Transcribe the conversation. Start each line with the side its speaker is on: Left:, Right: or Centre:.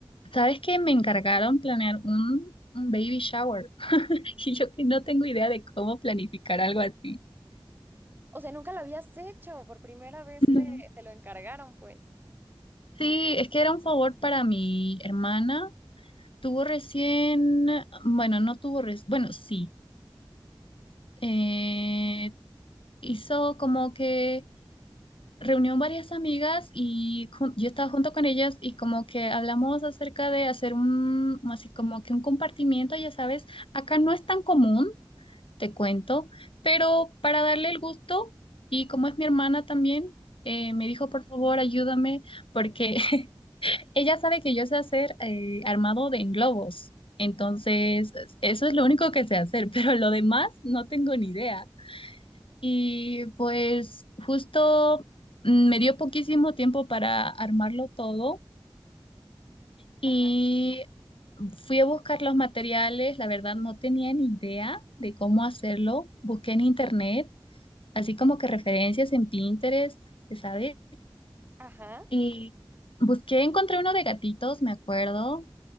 Left: ¿Sabes que me encargaron planear un, un baby shower? <laughs> Y yo que no tengo idea de cómo planificar algo así.
Right: O sea, nunca lo habías hecho, por primera vez
Left: Ujú.
Right: te, te lo encargaron, pues.
Left: Sí, es que era un favor para mi hermana. Tuvo recién, bueno, no tuvo recién, bueno, sí. Eh, hizo como que reunió varias amigas y jun- yo estaba junto con ellas y como que hablamos acerca de hacer un, así como que un compartimiento, ya sabes, acá no es tan común, te cuento, pero para darle el gusto y como es mi hermana también, eh, me dijo, por favor, ayúdame porque <laughs> ella sabe que yo sé hacer eh, armado de globos. Entonces, eso es lo único que sé hacer, <laughs> pero lo demás no tengo ni idea. Y pues justo mm, me dio poquísimo tiempo para armarlo todo y
Right: Ajá,
Left: fui a buscar los materiales. La verdad no tenía ni idea de cómo hacerlo. Busqué en internet, así como que referencias en Pinterest, ¿sabes?
Right: Ajá.
Left: Y busqué, encontré uno de gatitos, me acuerdo,